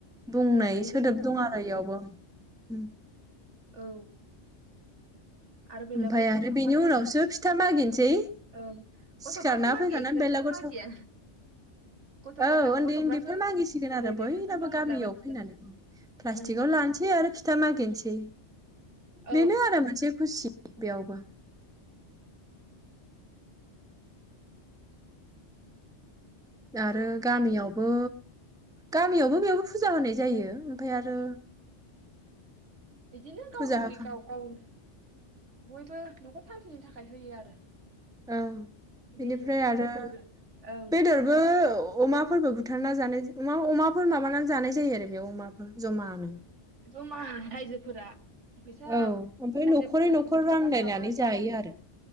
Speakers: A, in the centre; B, on the right.
A: बुंनाय
B: होनानै
A: सोदोब
B: जों
A: दं
B: सावो
A: आरो इयावबो उम।
B: औ आरो बेलागुर
A: ओमफाय
B: सावखांबाथाय
A: आरो बेनि उनावसो फिथा मागिनोसै।
B: ओं गथ'फ्रासो
A: सिखारना
B: मागियो
A: फैखांना
B: गेदेरफ्राथ'
A: बेलागुर
B: मागिया
A: सावखा
B: गथ'
A: औ
B: गथाय
A: उन्दै
B: गथ'फ्रासो
A: उन्दैफ्रा मागिसिगोन
B: उन्दै
A: आरो
B: उन्दैफ्रासो
A: बयनाबो
B: बाहागो
A: गामियाव
B: लाबायसिगोन
A: फैनानै प्लास्टिकआव
B: उम
A: लानोसै आरो फिथा मागिनोस सै। बेनो
B: औ
A: आरो मोनसे खुसि। बेयावबो आरो
B: औ
A: गामियाव बो गामियावबो बेयावबो फुजा होनाय जायो ओमफाय आरो
B: एदिनो गावनि
A: फुजा होखां
B: गाव गाव बयबो न'खर <unintelligible> थाखाय होयो आरो
A: ओं। बिनिफ्राय
B: बेबो
A: आरो
B: बोसोर ओं
A: बेदरबो अमाफोरबो बु थारना जानाय जा अमाफोर माबानानै जानाय जायो आरो बेयाव अमाफोर जमानो।
B: जमा रायजोफोरा फैसा
A: औ ओमफ्राय
B: रायजोफोरनाव
A: न'खरै न'खर
B: फैसा
A: रानलायनानै
B: थाबा जाबाय
A: जायो आरो।